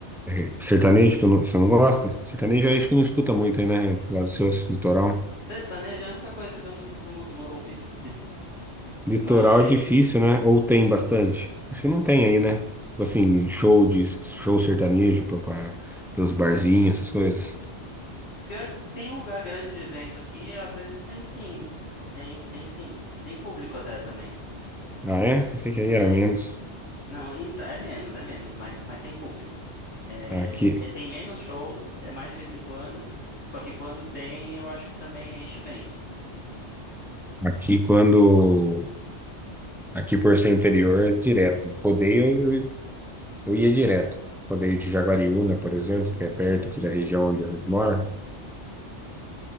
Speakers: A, in the centre; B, on the left.
A: é, sertanejo, tu não, você não gosta? Sertanejo eu acho que não escuta muito aí, né? Lá do seu litoral.
B: sertanejo é a única coisa que eu não costumo ou- ouvir.
A: Litoral
B: Mas
A: é difícil, né? Ou tem bastante? Acho que não tem aí, né? Tipo assim, show de show sertanejo pra, pra- pelos barzinhos, essas coisas.
B: pior, tem um lugar grande de evento aqui, às vezes tem sim. Tem, tem sim. Tem público até também.
A: Ah, é? Pensei que aí
B: Tem.
A: era menos.
B: Não, e- então, é menos, é menos, mas, mas tem público. É,
A: Aqui,
B: é- tem menos shows, é mais de vez em quando. Só que quando tem, eu acho que também enche bem.
A: aqui quando. Aqui por ser interior é direto. Rodeio, eu, eu ia direto. Rodeio de Jaguariúna, por exemplo, que é perto aqui da região onde a gente mora.